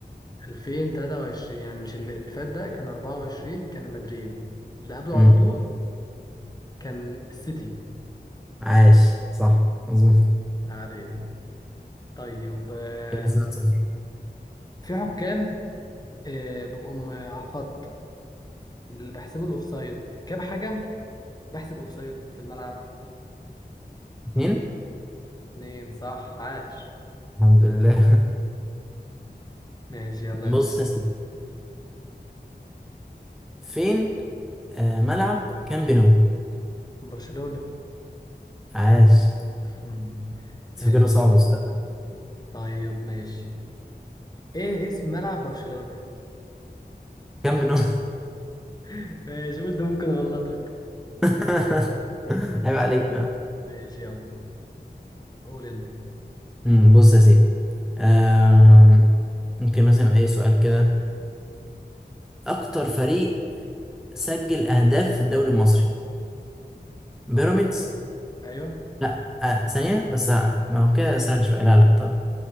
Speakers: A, on the left; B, in the centre.
A: 2023 يعني مش اللي اللي فات ده كان 24 كان مدريد اللي قبله
B: امم
A: على طول كان السيتي
B: عاش صح مظبوط
A: عليك طيب آه،
B: كده لسه 1-0.
A: في حكام آه، بيبقوا م- على الخط اللي بيحسبوا الاوفسايد كام حكم بحسب اوفسايد في الملعب
B: اتنين
A: اتنين صح عاش
B: الحمد لله
A: ماشي
B: <laughs>
A: يلا انت
B: بص يا سيدي فين آه ملعب كامب نو
A: برشلونة
B: عاش
A: مم.
B: تفكره
A: ماشي
B: صعب السؤال ده
A: طيب ماشي ايه اسم ملعب برشلونة
B: كم منهم
A: <laughs> ماشي قلت ممكن اغلطك
B: <laughs> عيب عليك
A: ماشي يلا قول انت
B: امم بص يا سيدي آم، ممكن مثلا اي سؤال كده اكتر فريق سجل اهداف في الدوري المصري بيراميدز
A: اكتر ايوه
B: لا آه. ثانية بس آه، ما هو كده سهل شوية لا لا طب